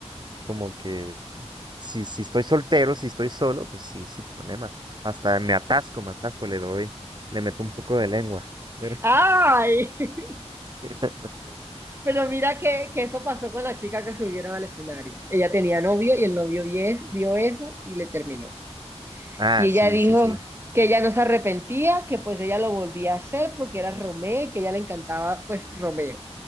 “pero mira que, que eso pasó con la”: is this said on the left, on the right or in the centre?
Right